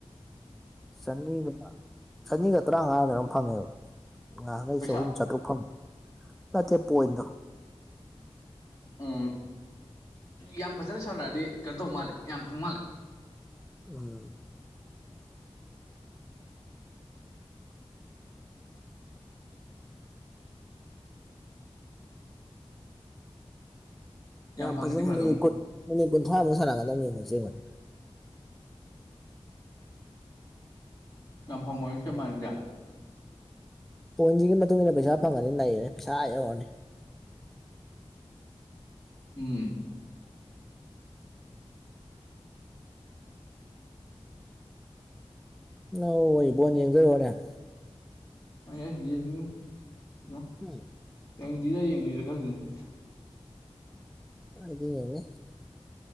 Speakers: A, in the centre; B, on the left (about 35°).
A: ꯆꯅꯤꯒ ꯆꯅꯤꯒ ꯇꯔꯥꯉꯥꯗꯔꯝ ꯐꯪꯉꯦꯕ ꯉꯍꯪꯡꯒꯩ
B: ꯄꯩꯁꯥ
A: ꯆꯍꯨꯝ ꯆꯥꯇ꯭ꯔꯨꯛ ꯐꯪꯕ <unintelligible> ꯄꯣꯏꯟꯗꯣ
B: ꯎꯝ ꯌꯥꯝ ꯐꯖꯅ ꯁꯥꯟꯅꯔꯗꯤ ꯀꯩꯅꯣ ꯇꯧ ꯃꯥꯜꯂꯦ ꯌꯥꯝ ꯐꯪ ꯃꯥꯜꯂꯦ
A: ꯎꯝ ꯌꯥꯝ
B: ꯐꯪꯉꯗꯤ
A: ꯐꯖꯅ
B: ꯐꯗꯧꯅꯤ
A: ꯃꯤꯅꯤꯠ ꯀꯨꯟ ꯃꯤꯅꯤꯠ ꯀꯨꯟꯊ꯭ꯔꯥꯃꯨꯛ ꯁ ꯁꯥꯔꯛꯒꯗꯕꯅꯤꯅ ꯆꯦꯡꯕꯅꯦ
B: ꯌꯥꯝꯐꯪ ꯑꯣꯏ ꯆꯞ ꯃꯥꯟꯅꯩꯗ
A: ꯕ‌ꯣꯟꯁꯤꯒꯤ ꯃꯇꯨꯡꯏꯟꯅ ꯄꯩꯁꯥ ꯐꯪꯉꯗꯤ ꯅꯩꯔ‌ꯣ ꯄꯩꯁꯥ ꯑꯑ ꯌꯩꯔꯅꯤ
B: ꯎꯝ
A: ꯑꯪ ꯋꯣꯏ ꯕꯣꯟ ꯌꯦꯡꯗ‌ꯣꯏꯑ‌ꯣꯏꯔ‌ꯦ
B: <unintelligible>
A: ꯎꯝ
B: <unintelligible>
A: ꯑ‌ꯩꯗꯤ ꯌꯦꯡꯅꯤ